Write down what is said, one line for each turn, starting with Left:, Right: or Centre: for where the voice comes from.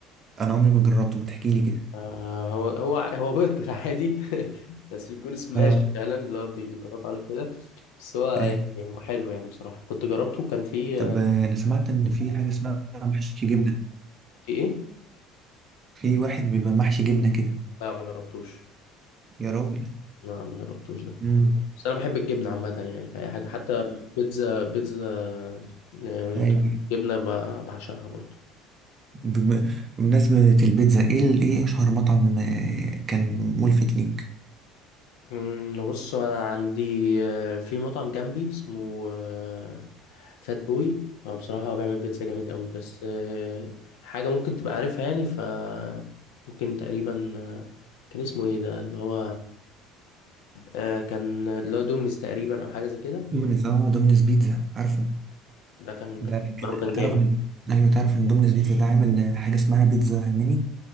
Right: انا عمري ما جربته ما تحكيلي كده
Left: آه هو هو هو برجر عادي <laughs> بس بيكون سماش
Right: اه
Left: فعلا اللي هو بيضغط عليه كده بس هو
Right: ايوه
Left: يعني هو حلو يعني بصراحة كنت جربته كان فيه
Right: طب آه، انا سمعت ان في حاجه اسمها محشي جبنه
Left: في ايه؟
Right: في واحد بيبقى محشي جبنه كده
Left: لا ما جربتوش
Right: يا راجل
Left: لا ما جربتوش ده
Right: امم
Left: بس انا بحب الجبنة عامة يعني في اي حاجة حتى بيتزا بيتزا آه،
Right: ايوه
Left: جبنة ب- بعشقها برضو
Right: بم- بمناسبه البيتزا ايه ال- ايه اشهر مطعم آه، كان ملفت ليك
Left: مم، بص انا عندي آه، في مطعم جنبي اسمه آه، فات بوي هو بصراحة هو بيعمل بيتزا جامد قوي بس آه، حاجة ممكن تبقى عارفها يعني ف ممكن تقريبا آه، كان اسمه ايه ده اللي هو آه، كان اللي هو دومينيز تقريبا او حاجة زي كده
Right: دومينيز اه دومينيز بيتزا عارفه
Left: ده كان
Right: ده كده
Left: كان جامد
Right: تعرف ان ايوه تعرف ان دومينيز بيتزا ده عامل آه، حاجه اسمها بيتزا ميني